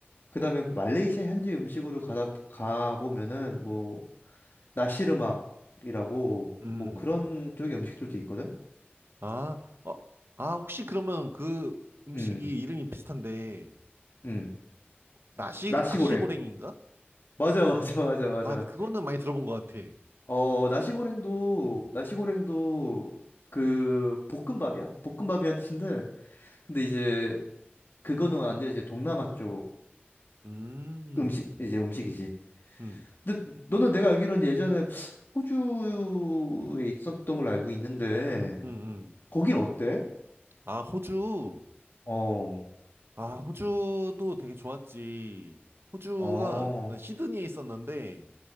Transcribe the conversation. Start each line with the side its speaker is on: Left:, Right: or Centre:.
Left: 그다음에 말레이시아 현지 음식으로 가다 가 보면은 뭐 나시르막이라고
Right: 음, 음.
Left: 뭐 그런 쪽의 음식들도 있거든.
Right: 아, 어, 아, 혹시 그러면 그 음식이
Left: 음.
Right: 이름이 비슷한데,
Left: 음.
Right: 나시,
Left: 나시고랭.
Right: 나시고랭인가?
Left: 맞아 맞아 맞아 맞아.
Right: 아, 근데 그거는 많이 들어본 것 같아.
Left: 어, 나시고랭도
Right: 음,
Left: 나시고랭도 그 볶음밥이야. 볶음밥이란 뜻인데 근데 이제 그거는 완전 이제 동남아 쪽
Right: 음,
Left: 음식 이제 음식이지.
Right: 음,
Left: 근데 너는 내가 알기로는 예전에 호주에 있었던 걸로 알고 있는데
Right: 음. 음.
Left: 거긴 어때?
Right: 아, 호주.
Left: 어,
Right: 아, 호주도 되게 좋았지. 호주가
Left: 어,
Right: 난 시드니에 있었는데,